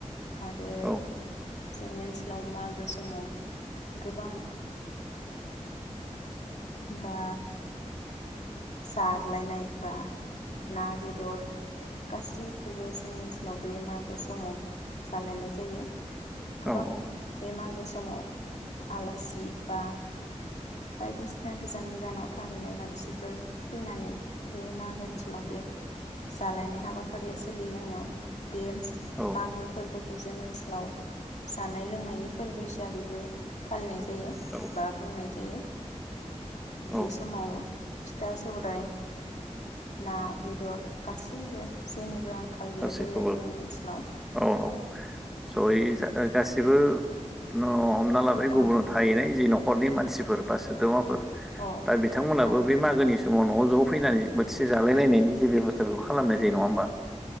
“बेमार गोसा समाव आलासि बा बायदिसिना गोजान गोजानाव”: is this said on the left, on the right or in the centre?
Left